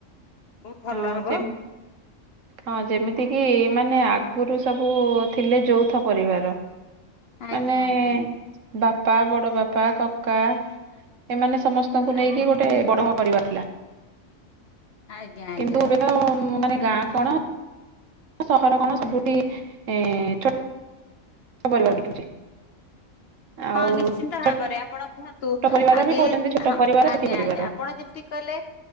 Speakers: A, on the left; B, on the right.
A: ବହୁତ ଭଲ
B: ହଁ
A: ହବ
B: ଯେ ହଁ ଯେମିତି କିି ମାନେ ଆଗୁରୁ ସବୁ ଥିଲେ ଯୌଥ ପରିବାର
A: ଆଜ୍ଞା
B: ମାନେ
A: ଆଜ୍ଞା
B: ବାପା ବଡ଼ବାପା କକା ଏମାନେ ସମସ୍ତଙ୍କୁ ନେଇକି
A: ଆଜ୍ଞା
B: ଗୋଟେ ବଡ ପରିବାର ଥିଲା।
A: ଆଜ୍ଞା ଆଜ୍ଞା
B: କିନ୍ତୁ ଏବେ ତ ଉମଂ ମାନେ ଗାଁ କଣ ସହର କଣ ସବୁଠି ଏଁ ଛୋ <unintelligible> ଆଉ
A: ହଁ ନିଶ୍ଚିନ୍ତ
B: ଛୋଟ
A: ଭାବରେ ଆପଣ କୁହନ୍ତୁ ନ୍ତୁ
B: ପରିବାର
A: ଆଗେ
B: ବି କହୁଛନ୍ତି ଛୋଟ
A: ହଁ
B: ପରିବାର
A: ଆଜ୍ଞା,
B: ସୁଖୀ ପରିବାର
A: ଆଜ୍ଞା ଆପଣ ଯେମିତି କହିଲେ